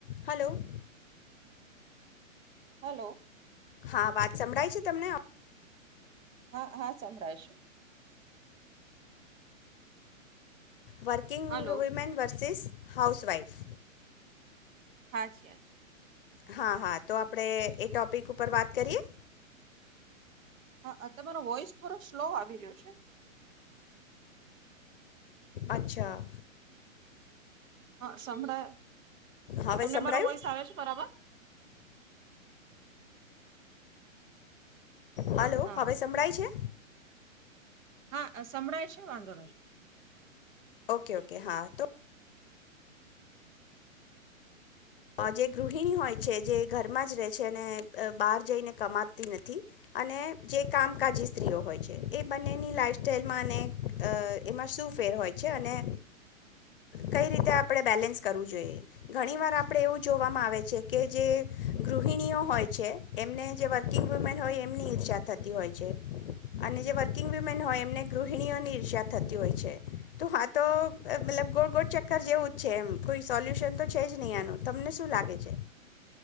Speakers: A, on the left (about 40°); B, on the right (about 70°).
A: Hello.
B: Hello.
A: હા વાત સંભળાય છે તમને
B: હા હા સંભળાય છે.
A: Working
B: hello
A: women versus house wife.
B: હા જી હ
A: હા હા તો આપણે એ ટોપિક ઉપર વાત કરીએ.
B: હા તમારો વોઇસ થોડો સ્લો આવી રહ્યો છે.
A: અચ્છા.
B: હા સંભળાય
A: હવે
B: તમને
A: સંભળાયું
B: મારો વોઈસ આવે છે બરાબર.
A: હલો
B: હા
A: હવે સમળાય છે.
B: હા સંભળાય છે વાંધો નહી.
A: ઓકે ઓકે હા તો જે ગૃહિણી હોય છે જે ઘરમાં જ રહે છે અને બહાર જઈને કમાતી નથી અને જે કામકાજી સ્ત્રીઓ હોય છે એ બંનેની લાઈફ સાઈલમાં અને એમાં શું ફેર હોય છે અને કઈ રીતે આપણે બેલેન્સ કરવું જોઈએ ઘણી વાર આપે એવું જોવામાં આવે છે કે જે ગૃહિણીઓ હોય છે એમને જે વર્કિંગ વુમેન હોય એમની ઈર્ષા થતી હોય છે અને જે વર્કિંગ વુમેન હોય એમને ગૃહિણીઓની ઈર્ષા થતી હોય છે તો હા તો મતલબ ગોળ ગોળ ચક્કર જેવું જ છે એમ કોઈ સોલ્યુશન તો છે જ નહીં આનું. તમને શું લાગે છે.